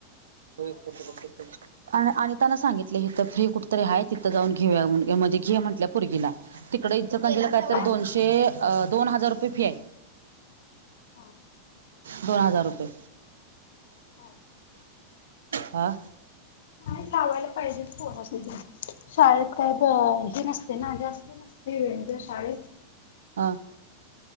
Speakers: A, on the right (about 65°); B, on the left (about 60°).
A: <unintelligible>
B: बघायचं मग
A: आणि अनिताना सांगितले हीथ फ्री कुठेतरी आहेय तिथं जाऊन घे. घे म्हंटल्या पुर्गीला तिकडे इचकरंजीला काय तर
B: हा.
A: दोनशे. अ दोन हजार रुपये फी आहे
B: हा
A: दोन हजार रुपये.
B: हो
A: हा
B: नाही लावायलं पाहिजे पोरस <unintelligible> शाळेत काय ब हे नसते ना जास्त नसते वेळ शाळेत.
A: हां.